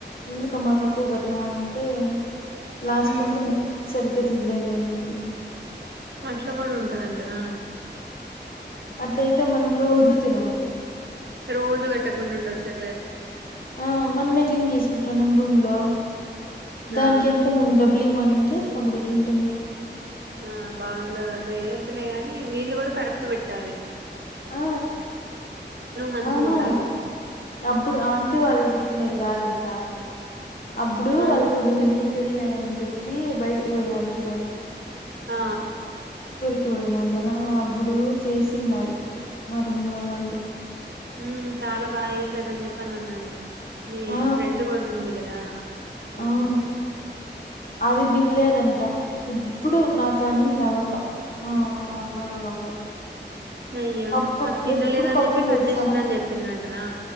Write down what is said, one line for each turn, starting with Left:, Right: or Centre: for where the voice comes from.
Left: ఎందుకమ్మ తక్కువ కట్టినావ్ అని అంటే లాస్ట్
Right: ఉమ్
Left: మంత్ నువ్ సరిగ్గా తినలేదు అని చెప్పింది
Right: అట్ల కూడా ఉంటదంటనా
Left: అట్లయితే మనం రోజు తినము
Right: రోజు కట్టకుండా ఉండొచ్చు అట్లయితే
Left: ఆ మనమే క్లీన్ చేసుకుంటన్నాం రూమ్ లో దానికి
Right: ఆ
Left: ఎంత మేం డబ్బులు ఈము అనన్ టే అప్పుడు ఎట్లుంటది
Right: ఆ బాగుండదు అట్లో ఏ వద్దులేగాని వీళ్ళు కూడా కరెక్ట్ పెట్టాలే
Left: ఆ
Right: మంచిగా
Left: ఆహా
Right: ఉండాలి
Left: అప్పుడు ఆంటీ వాళ్ళు బిట్ కిన్నది కాదంట అప్పుడు
Right: ఆ
Left: వాళ్ళ కుడుకుది పెళ్ళై అని చెప్పి బయటికి పోయిన్నారు చూడు
Right: ఆ
Left: ఎ పోయినారు కదా అప్పుడు చేసిన్నారు మా రూమ్ లో వాళ్ళు
Right: ఉమ్ చాలా బాగా చేసారని చెప్పాను అన్నయ్ మీ
Left: ఆ
Right: ఫ్రెండ్ కూడా ఉంది కదా ఉమ్
Left: అవును అది తినలేదంట ఇప్పుడు నాతో అనింది ఆబప ఆ అమ్మాయి ఒక అమ్మాయి
Right: అయ్యో
Left: పప్పు
Right: అది తినలేదని
Left: ఎప్పుడు పప్పు
Right: చెప్పి కట్
Left: చేస్తాను
Right: చేసిందిని చెప్పందింటనా